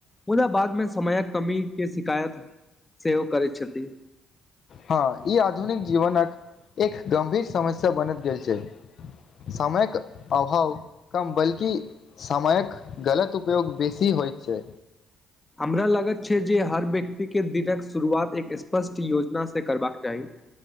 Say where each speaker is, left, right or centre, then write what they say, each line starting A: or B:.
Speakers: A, on the left; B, on the left.
A: मुदा बादमे समयक कमी के शिकायत सेहो करैत छथिन
B: हँ ई आधुनिक जीवनक एक गम्भीर समस्या बनैत जाय छै समयक अभाव कम बल्कि समयक गलत उपयोग बेसी होइ छै
A: हमरा लागत छै जे हर व्यक्तिके दिनक शुरुआत एक स्पष्ट योजनासँ करबाक चाहि